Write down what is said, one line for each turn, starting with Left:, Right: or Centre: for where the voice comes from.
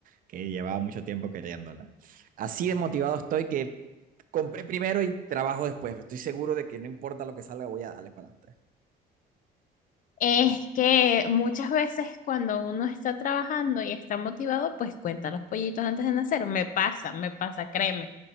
Right: que llevaba mucho tiempo queriéndola. Así de motivado estoy que compré primero y trabajo después. Estoy seguro de que no importa lo que salga, voy a darle para adelante.
Left: Es que muchas veces cuando uno está trabajando y está motivado, pues cuenta los pollitos antes de nacer. Me pasa, me pasa, créeme.